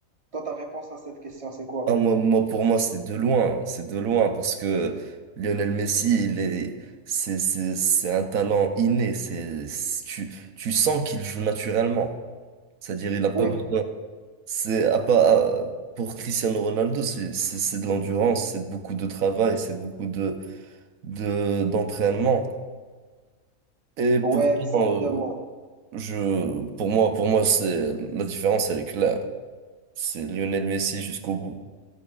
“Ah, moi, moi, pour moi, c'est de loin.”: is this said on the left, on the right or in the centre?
Right